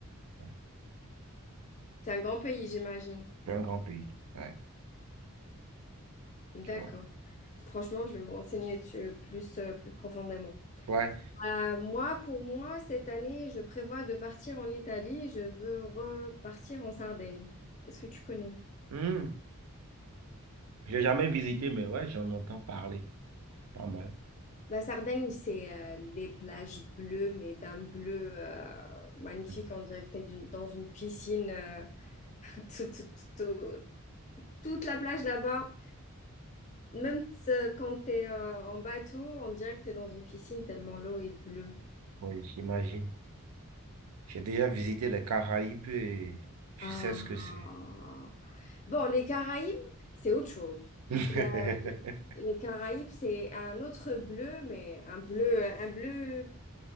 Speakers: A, on the right; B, on the left.
A: hein.
B: C'est un grand pays, j'imagine.
A: C'est un grand pays. Ouais,
B: D'accord.
A: tu vois.
B: Franchement, je vais me renseigner dessus plus, euh, plus profondément.
A: Ouais.
B: Euh, moi, pour moi, cette année, je prévois de partir en Italie. Je veux repartir en Sardaigne. Est-ce que tu connais?
A: Hmm. J'ai jamais visité, mais ouais, j'en entends parler. Pas mal.
B: La Sardaigne, c'est euh, les plages bleues, mais d'un bleu euh, magnifique.
A: Hmm.
B: On dirait que t'es d'une- dans une piscine. euh, <laughs> tout- tout- tout- tout- toute la plage là-bas. Même euh, quand t'es euh, en bateau, on dirait que t'es dans une piscine tellement l'eau est bleue.
A: Ouais, j'imagine. J'ai déjà visité les Caraïbes et je
B: Ah.
A: sais ce que c'est.
B: Bon, les Caraïbes, c'est autre chose.
A: <laughs>
B: La- les Caraïbes, c'est un autre bleu, mais un bleu, un bleu,